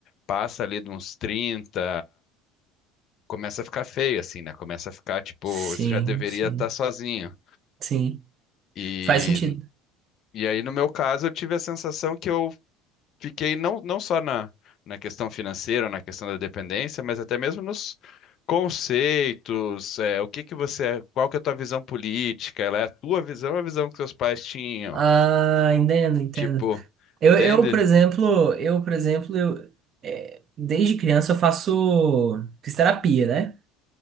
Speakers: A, on the left (about 55°); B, on the right (about 45°).
A: passa ali de uns 30 começa a ficar feio, assim, né? Começa a ficar, tipo,
B: Sim,
A: você já deveria
B: sim,
A: estar sozinho.
B: sim.
A: E,
B: Faz sentido.
A: e aí, no meu caso, eu tive a sensação que eu fiquei não, não só na, na questão financeira, na questão da dependência, mas até mesmo nos conceitos, é, o que que você, é, qual que é a tua visão política? Ela é a tua visão ou a visão que seus pais tinham?
B: Ah, entendo, entendo.
A: Tipo,
B: Eu,
A: entende?
B: eu, por exemplo, eu, por exemplo, eu, é, desde criança eu faço fisioterapia, né?